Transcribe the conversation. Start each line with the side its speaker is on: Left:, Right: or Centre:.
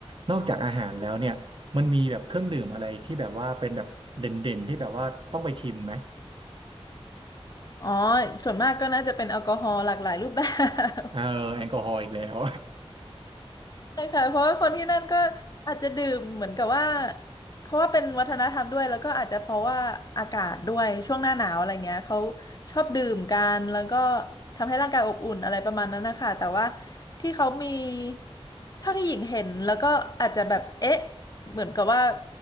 Right: นอกจากอาหารแล้วเนี่ยมันมีแบบเครื่องดื่มอะไรที่แบบว่าเป็นแบบเด่นเด่นที่แบบว่าต้องไปชิมไหม
Left: อ๋อส่วนมากก็น่าจะเป็นแอลกอฮอล์หลากหลายรูปแบบ
Right: เออแอลกอฮอล์อีกแล้ว
Left: ใช่ค่ะเพราะว่าคนที่นั่นก็อาจจะดื่มเหมือนกับว่าเพราะว่าเป็นวัฒนธรรมด้วยแล้วก็อาจจะเพราะว่าอากาศด้วยช่วงหน้าหนาวอะไรเงี้ยเขาชอบดื่มกันแล้วก็ทำให้ร่างกายอบอุ่นอะไรประมาณนั้นนะคะแต่ว่าที่เขามีเท่าที่หญิงเห็นแล้วก็อาจจะแบบเอ๊ะเหมือนกับว่า